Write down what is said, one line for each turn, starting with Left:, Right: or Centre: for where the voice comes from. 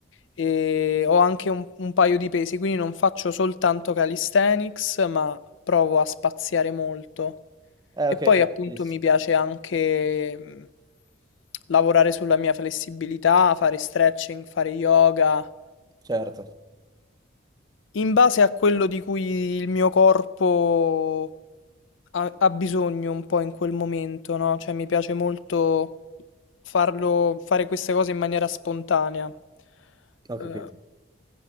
Left: e ho anche un, un paio di pesi, quindi non faccio soltanto calisthenics, ma provo a spaziare molto.
Right: Eh,
Left: E
Right: ok,
Left: poi
Right: fai
Left: appunto
Right: benissimo.
Left: mi piace anche mh, lavorare sulla mia flessibilità, fare stretching, fare yoga,
Right: Certo,
Left: in base a quello di cui il mio corpo ha, ha bisogno un po' in quel momento, no? Cioè mi piace molto farlo, fare queste cose in maniera spontanea.
Right: ho capito.
Left: Eh,